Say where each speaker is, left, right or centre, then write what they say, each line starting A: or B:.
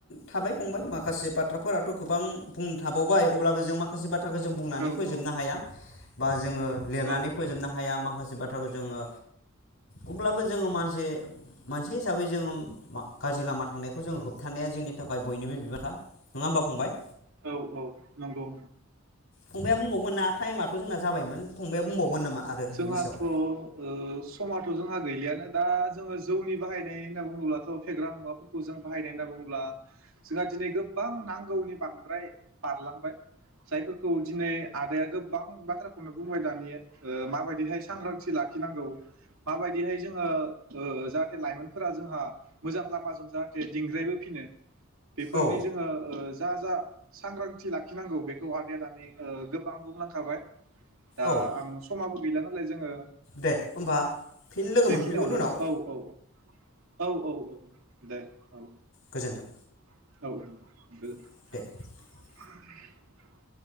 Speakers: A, on the left; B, on the right.
A: थाबाय फंबाय माखासे बाथ्राफोराथ' गोबां बुं थाबावबाय अब्लाबो जों माखासे बाथ्राखौ जों बुंनानै
B: औ
A: फोजोबनो
B: औ
A: हाया बा जोङो लेरनानै
B: औ
A: फोजोबनो हाया माखासे बाथ्राखौ जोङो अब्लाबो जोङो मानसि मानसि हिसाबै जोङो मा गाज्रि लामा थांनायखौ जोङो होबथानाया जोंनि थाखाय बयनिबो बिबांखा नोङा होमबा फंबाय
B: औ औ औ नंगौ
A: फंबाया बुंबावगोन ना टाइमाथ' जोंना जाबायमोन फंबाया बुंबावगोन नामा आरो
B: जोंहाथ'
A: बिनि सायाव
B: ओ समाथ' जोंहा गैलियानो दा जोङो जौनि बाहायनाय होनना बुङोब्लाथ' फेग्रा मुवाफोरखौ जों बाहायनाय होनना बुङोब्ला जोंहा दिनै गोबां नांगौनि बांद्राय बारलांबाय जायफोरखौ दिनै आदाया गोबां बाथ्राखौनो बुंबाय दानि माबायदिहाय सांग्रांथि लाखिनांगौ माबायदिहाय जोङो ओ जाहाथे लाइमोनफोरा जोंहा मोजां लामाजों जाहाथे दिंग्रायबोफिनो बेफोरनि
A: औ
B: जोङो ओ जा जा सांग्रांथि लाखिनांगौ बेखौ आदाया दानि ओ गोबां बुंलांखाबाय दा
A: औ
B: आं बो गैला नालाय जोङो
A: दे होमबा फिन लोगो
B: बेखिनियावनो
A: मोनफिनगोन उनाव
B: औ औ औ औ औ औ दे औ
A: गोजोन्थों
B: औ <unintelligible>
A: <unintelligible>
B: <unintelligible>